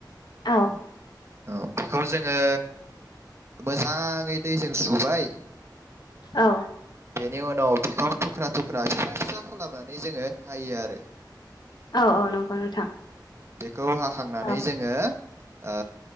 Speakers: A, on the left; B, on the right.
A: औ
B: औ बेखौ जोङो मोजाङै दैजों सुबाय
A: औ
B: बेनि उनाव बिखौ थुख्रा थुख्रा फिसा फिसा खालामनानै जोङो हायो आरो
A: औ औ नंगौ नोंथां
B: खौ हाखांनानै
A: औ
B: जोङो ओ